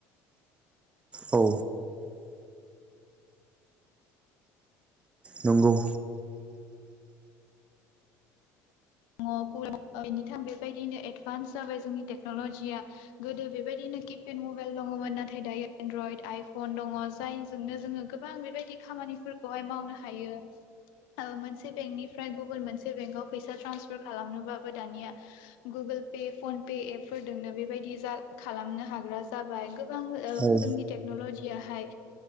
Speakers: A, on the right (about 15°); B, on the left (about 80°).
A: औ नंगौ
B: बेनिथाम बेबायदिनो एडभान्स जाबाय जोंनि टेक्न'लजिया गोदो बेबायदिनो किपेड मबाइल दङमोन नाथाय दायो एनड्रयड आइफन दङ जायजोंनो जोङो गोबां बेबायदि खामानि खामानिफोरखौ हाय मावनो हायो ओ मोनसे बेंकनिफ्राय गुब मोनसे बेंक आव फैसा ट्रान्सफार खालामनोबाबो दानिया Google Pay PhonePe app फोरजोंनो बेबायदि जा खालामनो हाग्रा जाबाय गोबां
A: औ
B: जोंनि टेकनल'जि हाय